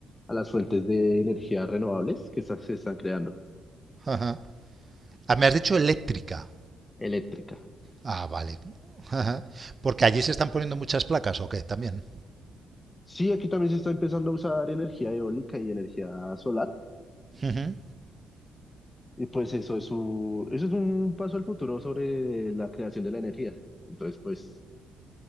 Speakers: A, on the left; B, on the right.
A: a las fuentes de energía renovables que está- se están creando,
B: Ajá. Ah, me has dicho eléctrica.
A: eléctrica.
B: Ah, vale. Ajá. Porque allí se están poniendo muchas placas, ¿o qué? También.
A: Sí, aquí también se está empezando a usar energía eólica y energía solar,
B: Ujú.
A: y pues eso es, un- eso es un paso al futuro sobre la creación de la energía. Entonces, pues,